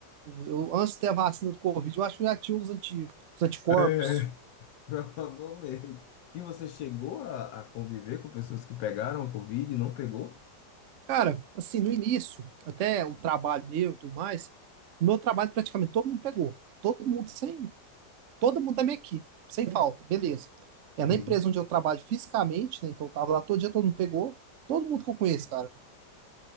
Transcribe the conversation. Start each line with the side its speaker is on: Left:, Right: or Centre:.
Right: eu antes de ter a vacina do Covid, eu acho que eu já tinha os, anti, os anticorpos.
Left: É, <laughs> provavelmente. E você chegou a, a conviver com pessoas que pegaram Covid e não pegou?
Right: Cara, assim, no início, até o trabalho meu e tudo mais, no meu trabalho praticamente todo mundo pegou. Todo mundo sem, todo mundo da minha equipe, sem falta, beleza. É na
Left: Sim.
Right: empresa onde eu trabalho fisicamente, né? Então eu tava lá todo dia, todo mundo pegou, todo mundo que eu conheço, cara.